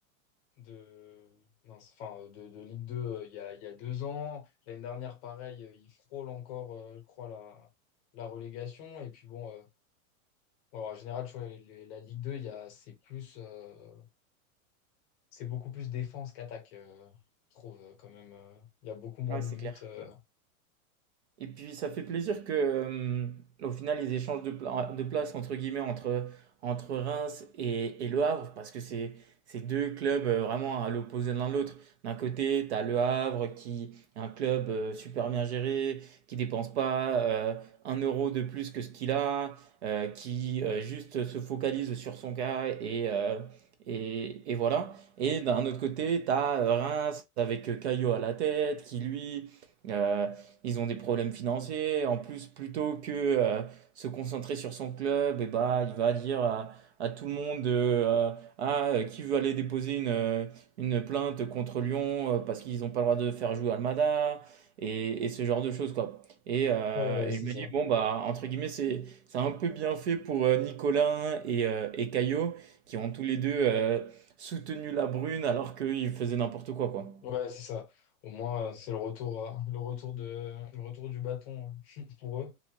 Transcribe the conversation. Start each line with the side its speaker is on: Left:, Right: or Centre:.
Left: de, mince, enfin, euh, de, de Ligue 2 euh, il y a, il y a deux ans. L'année dernière, pareil, euh, ils frôlent encore, euh, je crois, la, la relégation. Et puis bon, euh, bon, en général, tu vois, les- la Ligue 2 il y a, c'est plus. euh, c'est beaucoup plus défense qu'attaque, euh, je trouve euh, quand même. euh, Il y a beaucoup moins
Right: Ouais,
Left: de
Right: c'est
Left: buts.
Right: clair.
Left: euh.
Right: Et puis ça fait plaisir que, euh, au final, ils échangent de, pla- de place entre guillemets entre, entre Reims et, et Le Havre parce que c'est c'est deux clubs euh, vraiment à l'opposé de l'un de l'autre. D'un côté, tu as Le Havre qui est un club euh, super bien géré, qui dépense pas euh, un euro de plus que ce qu'il a, euh, qui euh, juste se focalise sur son cas et, euh, et, et voilà. Et d'un autre côté, tu as Reims avec Caillot à la tête qui lui. euh, ils ont des problèmes financiers. En plus, plutôt que euh, se concentrer sur son club, et bah, il va dire à, à tout le monde euh, euh, Ah, euh, qui veut aller déposer une, euh, une plainte contre Lyon euh, parce qu'ils n'ont pas le droit de faire jouer Almada et, et ce genre de choses, quoi. Et, euh,
Left: Ouais, ouais,
Right: et
Left: c'est
Right: je me
Left: ça.
Right: dis, bon, bah, entre guillemets, c'est, c'est un peu bien fait pour euh, Nicolas et, euh, et Caio qui ont tous les deux euh, soutenu la Brune alors qu'ils faisaient n'importe quoi, quoi.
Left: Ouais, c'est ça. Au moins, euh, c'est le retour, euh, le retour de, le retour du bâton euh, <laughs> pour eux.